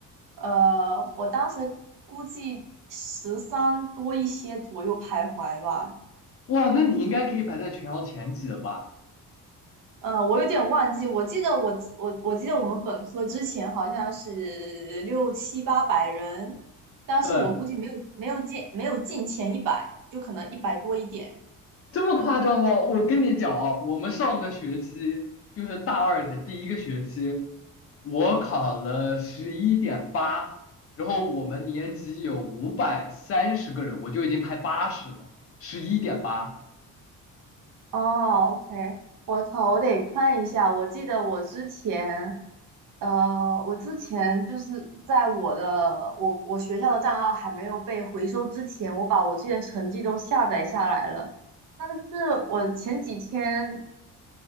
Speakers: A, on the right (about 65°); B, on the left (about 40°).
A: 呃，我当时估计十三多一些左右徘徊吧。
B: 哇，那你应该可以排在全校前几了吧？
A: 嗯、呃我有点忘记，我记得我我我记得我们本科之前好像是六七八百人，但是我估计没有没有进没有进前一百，
B: 对。
A: 就可能一百多一点。
B: 这么夸张吗？我跟你讲啊，我们上个学期就是大二的第一个学期，我考了十一点八，然后我们年级有五百三十个人，我就已经排八十了，十一点八，
A: 哦，OK，我靠，我得看一下。我记得我之前，呃，我之前就是在我的我我学校的账号还没有被回收之前，我把我之前成绩都下载下来了。但是我前几天